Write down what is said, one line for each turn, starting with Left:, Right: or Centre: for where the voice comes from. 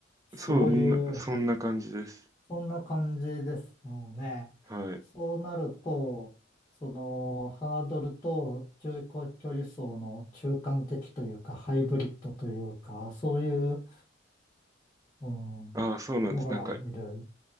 Left: そういう、
Right: そんな、そんな感じです。
Left: そんな感じですよね。
Right: はい。
Left: そうなると、その、ハードルと中距離走の中間的というか、ハイブリッドというか、そういう、うん、
Right: ああ、そうなんです。
Left: のがいる。
Right: なんか